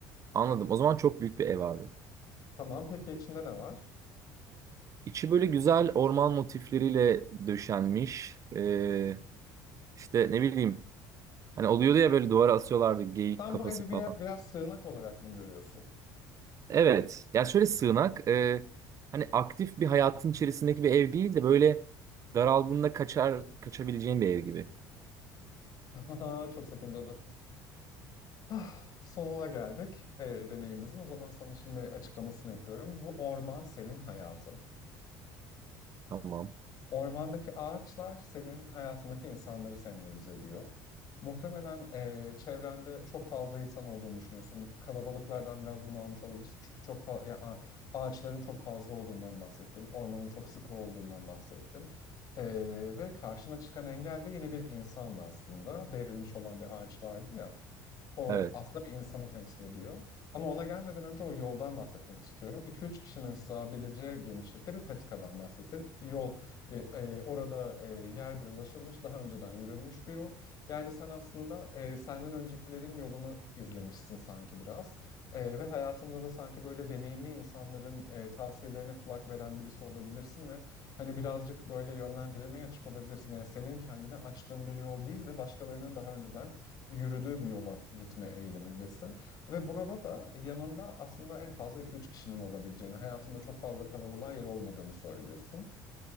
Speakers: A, on the right; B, on the left.
A: anladım. O zaman çok büyük bir ev abi.
B: Tamam peki içinde ne var?
A: İçi böyle güzel orman motifleriyle döşenmiş. E, işte ne bileyim hani oluyordu ya böyle duvara asıyorlardı geyik
B: Sen
A: kafası
B: bu evi bir,
A: falan.
B: biraz sığınak olarak mı görüyorsun?
A: Evet. Ya şöyle sığınak e, hani aktif bir hayatın içerisindeki bir ev değil de böyle daraldığında kaçar kaçabileceğin bir ev gibi.
B: <laughs> Çok sakıncalı. Ah, sonuna geldik e, deneyimizin. O zaman sana şimdi açıklamasını yapıyorum. Bu orman senin hayatın.
A: Tamam.
B: Ormandaki ağaçlar senin hayatındaki insanları sembolize ediyor. Muhtemelen e, çevrende çok fazla insan olduğunu düşünüyorsun. Kalabalıklardan biraz bunalmış olabilirsin. Çünkü çok fa- ya, a- ağaçların çok fazla olduğundan bahsettin. Ormanın çok sıkı olduğundan bahsettin. E, ve karşına çıkan engel de yine bir insandı aslında. Devrilmiş olan bir ağaç vardı ya. O
A: Evet.
B: aslında bir insanı temsil ediyor. Ama ona gelmeden önce o yoldan bahsetmek istiyorum. 2 üç kişinin sığabileceği genişlikte bir patikadan bahsettin. Yol e, e, orada e, yer biraz aşılmış, daha önceden yürünmüş bir yol. Yani sen aslında e, senden öncekilerin yolunu izlemişsin sanki biraz. E, ve hayatında da sanki böyle deneyimli insanların e, tavsiyelerine kulak veren birisi olabilirsin ve hani birazcık böyle yönlendirilmeye açık olabilirsin. Yani senin kendine açtığın bir yol değil de başkalarının daha önceden yürüdüğü bir yola gitme eğilimindesin. Ve burada da yanında aslında en fazla iki üç kişinin olabileceğini, hayatında çok fazla kalabalığa yer olmadığını söylüyorsun.